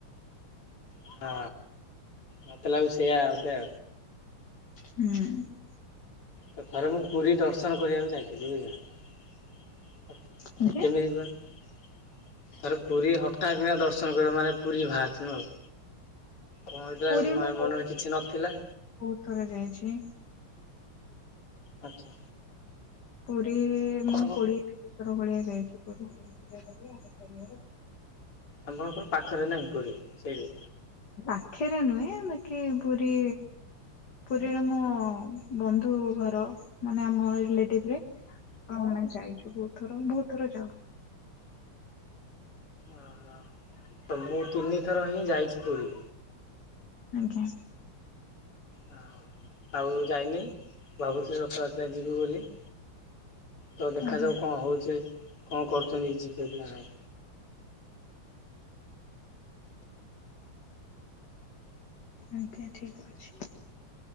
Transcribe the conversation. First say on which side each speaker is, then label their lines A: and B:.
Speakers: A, on the left (about 85°); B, on the left (about 50°).
A: ହଁ ମତେ ଲାଗୁଚି ସେଇଆ ବୋଧେ।
B: ହୁଁ।
A: ତ ଥରେ ମୁଁ ପୁରୀ ଦର୍ଶନ କରିବାକୁ ଯାଇଥିଲି ବୁଝିଲ। ମାନେ
B: ଆଜ୍ଞା
A: କେମିିତି କହିଲ ଥରେ ପୁରୀ ହଠାତକିନା ଦର୍ଶନ କରିବା ମାନେ ପୁରୀ ବାହାରିଥିଲୁ ଆଉ କଣ ହେଇଥିଲା
B: ପୁରୀ ମୁଁ
A: ମନରେ କିଛି ନଥିଲା।
B: ବହୁତ ଥର ଯାଇଛି।
A: ଆଚ୍ଛା
B: ପୁରୀ ମୁଁ
A: ହବ
B: କୋଡିଏ ପତର ଭଳିଆ ଯାଇଚି ପୁରୀ।
A: ଆପଣଙ୍କର ପାଖରେ ନାହିଁ ପୁରୀ ସେଇଠି।
B: ପାଖରେ ନୁହେଁ ବାକି ପୁରୀ ପୁରୀରେ ମୋ ବନ୍ଧୁ ଘର। ମାନେ ଆମ ରିଲେଟିଭରେ। ହଁ ନା ଯାଇଚୁ ବହୁତ ଥର ବହୁତ ଥର ଯାଉ।
A: ଓହୋ ତ ମୁଁ ତିନିଥର ହିଁ ଯାଇଚି ପୁରୀ।
B: ଆଜ୍ଞା।
A: ହଁ ଆଉ ଯାଇନି ଭାବୁଥିଲି ରଥଯାତ୍ରା ଯିବୁ ବୋଲି। ତ ଦେଖାଯାଉ
B: ଆଜ୍ଞା
A: କଣ ହଉଚି କଣ କରୁଚନ୍ତି ଯିବେ କି ନାହିଁ।
B: ଆଜ୍ଞା ଠିକ ଅଛି।